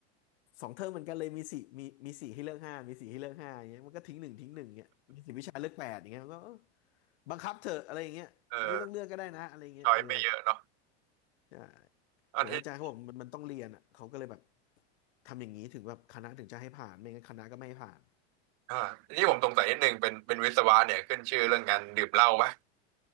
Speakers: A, on the left; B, on the right.
A: สองเทอมเหมือนกันเลยมีสี่มีมีสี่ให้เลือกห้ามีสี่ให้เลือกห้าอย่างเงี้ยมันก็ทิ้งหนึ่งทิ้งหนึ่งเงี้ยมีสี่วิชาเลือกแปดอย่างเงี้ยมันก็เออบังคับเถอะอะไรอย่างเงี้ยไม่ต้องเลือกก็ได้นะอะไรอย่างเงี้ยเออ
B: เออชอยไม่เยอะเนาะ
A: ใช่
B: อันที่
A: เหมือนอาจารย์เขาบอกมันมันต้องเรียนอ่ะเขาก็เลยแบบทำอย่างนี้ถึงแบบคณะถึงจะให้ผ่านไม่งั้นคณะก็ไม่ให้ผ่าน
B: อ่าที่ผมสงสัยนิดนึงเป็นเป็นวิศวะเนี่ยขึ้นชื่อเรื่องการดื่มเหล้าปะ